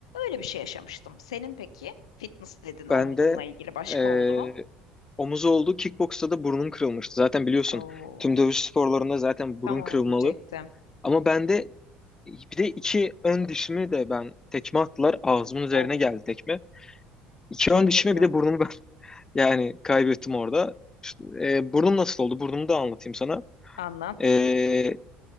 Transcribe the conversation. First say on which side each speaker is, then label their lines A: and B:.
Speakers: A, on the left; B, on the left.
A: Öyle bir şey yaşamıştım. Senin peki fitness dedin omzumla
B: Bende
A: ilgili başka
B: e,
A: oldu mu?
B: omuz oldu. Kickboksta da burnum kırılmıştı. Zaten biliyorsun
A: Oo,
B: tüm dövüş sporlarında zaten
A: tam
B: burun
A: onu
B: kırılmalı.
A: diyecektim.
B: Ama bende bir de iki ön dişimi de ben tekme attılar. Ağzımın üzerine
A: Of,
B: geldi tekme. İki
A: çok
B: ön dişimi
A: kötü.
B: bir de burnumu Yani kaybettim orada. İşte, e, burnum nasıl oldu? Burnumu da anlatayım sana.
A: Anlat.
B: E,